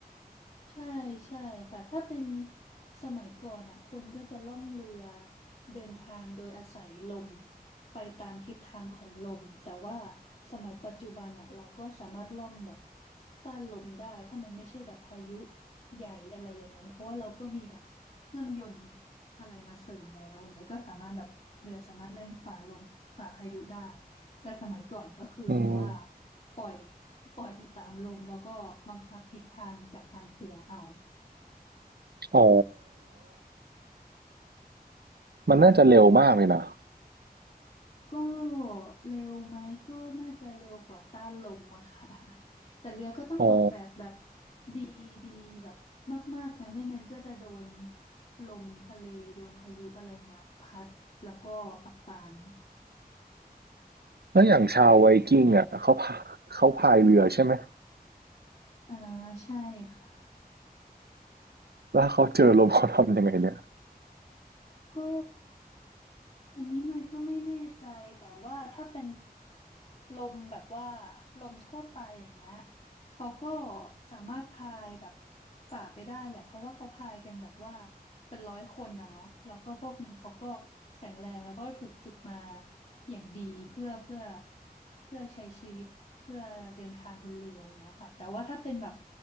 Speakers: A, on the left (about 40°); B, on the right (about 85°).
A: ใช่ใช่ค่ะถ้าเป็นสมัยก่อนอ่ะคนก็จะล่องเรือเดินทางโดยอาศัยลมไปตามทิศทางของลมแต่ว่าสมัยปัจจุบันอ่ะเราก็สามารถล่องแบบต้านลมได้ถ้ามันไม่ใช่แบบพายุใหญ่อะไรอย่างนั้นเพราะว่าเราก็มีแบบเครื่องยนต์อะไรมาเสริมแล้วอย่างเงี้ยก็สามารถแบบเรือสามารถแล่นฝ่าลมฝ่าพายุได้ แต่สมัยก่อนก็คือแบบว่า
B: อืม
A: ปล่อยปล่อยไปตามลมแล้วก็บังคับทิศทางจากทางเสือเอา
B: อ๋อมันน่าจะเร็วมากเลยนะ
A: ก็เร็วไหมก็น่าจะเร็วกว่าต้านลมอะค่ะ <laughs> แต่เรือก็ต้องออกแบบแบบ
B: อ๋อ
A: ดีดีแบบมากๆนะไม่งั้นก็จะโดนลมทะเลโดนพายุอะไรเงี้ยพัดแล้วก็อับปาง
B: แล้วอย่างชาวไวกิ้งอ่ะเขาพาเขาพายเรือใช่ไหม
A: อ่าใช่ค่ะ
B: แล้วถ้าเขาเจอลมเขาทำยังไงเนี่ย
A: ก็อันนี้มันก็ไม่แน่ใจแต่ว่าถ้าเป็นลมแบบว่าลมทั่วไปอย่างเงี้ยเขาก็สามารถพายแบบฝ่าไปได้แหละเพราะว่าเขาพายกันแบบว่าเป็นร้อยคนนะเนาะแล้วก็พวกนี้เขาก็แข็งแรงแล้วก็ถูกฝึกมาอย่างดีเพื่อเพื่อเพื่อใช้ชีวิตเพื่อเดินทางบนเรืออย่างเงี้ยค่ะแต่ว่าถ้าเป็นแบบ